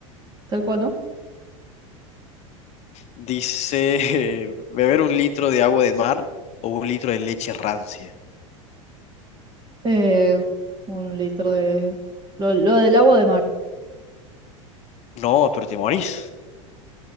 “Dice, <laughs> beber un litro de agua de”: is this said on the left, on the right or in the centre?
Left